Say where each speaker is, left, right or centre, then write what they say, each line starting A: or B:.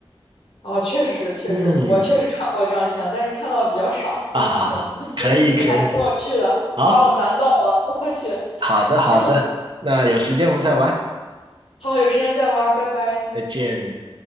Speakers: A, on the left; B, on the right.
A: 哦，确实是，确实，
B: 嗯，
A: 我确实看过这样像，
B: <laughs>
A: 但是看到的比较少。
B: 啊哈哈，
A: 哇，行，<laughs> 你这个谜底还挺有趣的，
B: 可以可以，好
A: 把我难到了。我去，
B: 好的好的，
A: 行，
B: 那有时间我们再玩，
A: 好，有时间再玩拜拜。
B: 再见。